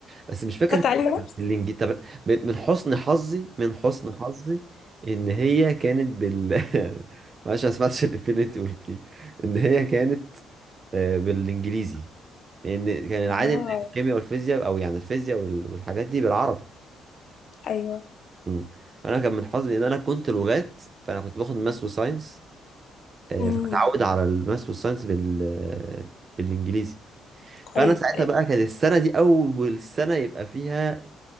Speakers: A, on the right (about 40°); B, on the left (about 60°).
A: بس مش فاكر
B: خدت
A: كان
B: علم نفس
A: الانجليزي طب من من حسن حظي من حسن حظي ان هي كانت بال <laughs> معلش أنا ما سمعتش الافيه اللي انت قلتيه ان هي كانت آه، بالانجليزي لان كان العادي
B: اه
A: ان الكيمياء والفيزياء او يعني الفيزياء وال- والحاجات دي بالعربي
B: ايوه
A: مم. انا كان من حظي ان انا كنت لغات فانا كنت باخد ماس وساينس آه،
B: امم
A: فمتعود على الماس والساينس بال بالانجليزي
B: كويس
A: فانا ساعتها
B: ايوه
A: بقى كانت السنه دي اول سنه يبقى فيها